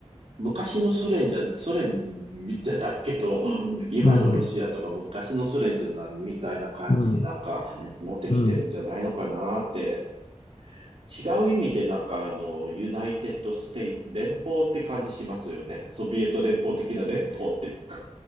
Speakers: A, on the right; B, on the left.
A: 昔のソ連じゃ、ソ連じゃないけど、<laughs> 今のロシアとか昔のソ連じゃないみたいな感じになんかなってきてるんじゃないのかなって、
B: うん、うん、うん。
A: 違う意味でなんかあの、ユナイテッドステイ、連邦って感じしますよね。ソビエト連邦的な連邦っていうか。